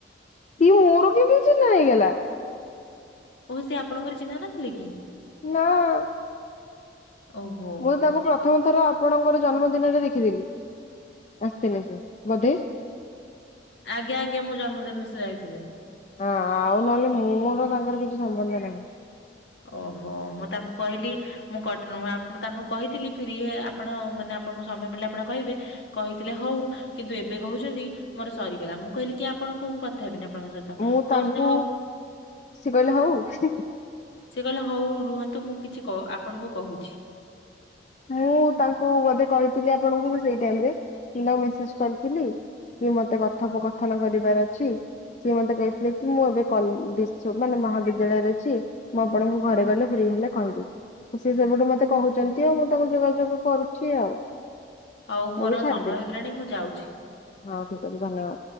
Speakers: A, on the left (about 40°); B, on the left (about 70°).
A: କି ମୋର କେବେ ଚିହ୍ନା ହେଇଗଲା?
B: ଓହ ସେ ଆପଣଙ୍କର ଚିହ୍ନା ନଥିଲେ କି?
A: ନାଁ।
B: ଓହୋ
A: ମୁଁ ତାକୁ ପ୍ରଥମ ଥର ଆପଣଙ୍କର ଜନ୍ମଦିନରେ ଦେଖିଥିଲି ଆସିଥିଲେ ସେ ବୋଧେ?
B: ଆଜ୍ଞା ଆଜ୍ଞା ମୋ ଜନ୍ମଦିନରେ ସେ ଯାଇଥିଲେ।
A: ହଁ ଆଉ ନହେଲେ ମୋର ତାଙ୍କର କିଛି ସମ୍ବନ୍ଧ ନାହିଁ।
B: ଓହୋ ମୁଁ ତାଙ୍କୁ କହିଲି ମୁଁ କଟ୍ ଉଁ ଆପ୍ ତାଙ୍କୁ କହିଥିଲି ଫିରି ଇଏ ଆପଣ ମାନେ ଆପ୍ ଆପଣଙ୍କୁ ସମୟ ମିଳିଲେ ଆପଣ କହିବେ କହିଥିଲେ ହଉ କିନ୍ତୁ ଏବେ କହୁଚନ୍ତି ମୋର ସରିଗଲା ମୁଁ କହିଲି କି ଆପଣଙ୍କୁ ମୁଁ କଥା ହେବିନି ଆପଣଙ୍କ ସହିତ
A: ମୁଁ
B: କହୁଚନ୍ତି
A: ତାଙ୍କୁ
B: ହଉ।
A: ସେ କହିଲେ ହଉ ହୁଁ।
B: ସେ କହିଲେ ହଉ ରୁହନ୍ତୁ ମୁଁ କିଛି କ ଆପଣଙ୍କୁ କହୁଛି।
A: ମୁଁ ତାଙ୍କୁ ବୋଧେ କହିଥିଲି ଆପଣଙ୍କୁ ସେଇ ଟାଇମରେ ମୁଁ ତାଙ୍କୁ ମେସେଜ କରିଥିଲି। କି ମତେ କଥୋପକଥନ କରିବାର ଅଛି। ସିଏ ମତେ କହିଥିଲେ କି ମୁଁ ଏବେ କଲ୍ ବିଶ୍ୱ ମାନେ ମହାବିଦ୍ୟାଳୟରେ ଅଛି ମୁଁ ଆପଣଙ୍କୁ ଘରେ ଗଲେ ଫ୍ରି ହେଲେ କହିବି। ସେ ସେବେଠୁ ମତେ କହୁଚନ୍ତି ଆଉ ମୁଁ ତାଙ୍କୁ ଯୋଗାଯୋଗ କରୁଛି ଆଉ।
B: ହଉ ମୋର
A: ମୁଁ ବି ଛାଡ଼ିଦେଲି।
B: ସମୟ ହେଇଗଲାଣି ମୁଁ ଯାଉଛି।
A: ହଁ ଠିକ୍ ଅଛି ଧନ୍ୟବାଦ।